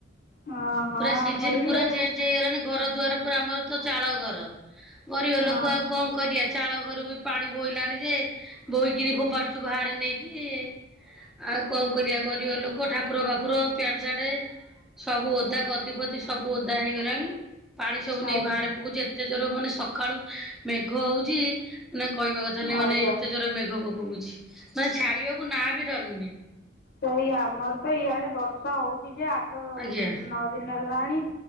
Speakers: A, on the left (about 55°); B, in the centre.
A: ହଁ ହଁ
B: ପୁରା ସିଜନ
A: ଆମର
B: ପୁରା
A: ବି ଇଆଡେ
B: ଚେନ୍ସ। ହେଇଗଲାଣି ଘର ଦୁଆର ପୁରା ଆମର ତ ଚାଳ ଘର ଗରିବ
A: ହଁ।
B: ଲୋକ ଆଉ କଣ। କରିବା ଚାଳ ଘର ବି ପାଣି ବୋହିଲାଣି ଯେ ବୋହିକିରି ଫୋପାଡ଼ୁଛୁ ବାହାରେ ନେଇକି। ଆଉ କଣ କରିବା ଗରିବ ଲୋକ ଠାକୁର ବାକୁର ପ୍ୟାଣ୍ଟ ସାର୍ଟ ସବୁ ଓଦା। ଗଦିପଦି ସବୁ ଓଦା ହେଇଗଲାଣି ପାଣି ସବୁ ନେଇ
A: ଆଜ୍ଞା
B: ବାହାରେ ପକେଉଛି ଏତେ ଜୋର ମାନେ ସକାଳୁ। ମେଘ ହଉଛି ନା କହିବା କଥା ନାହିଁ
A: ଆଜ୍ଞା
B: ମାନେ ଏତେ ଜୋର ମେଘ ପକୋଉଛି। ମାନେ ଛାଡିବାକୁ ନାଁ ବି ଧରିନି।
A: ସେଇଆ ଆମର ତ ଇଆଡେ ବର୍ଷା ହଉଛି ଯେ ଆଠ
B: ଆଜ୍ଞା।
A: ନଅ ଦିନ ହେଲାଣି।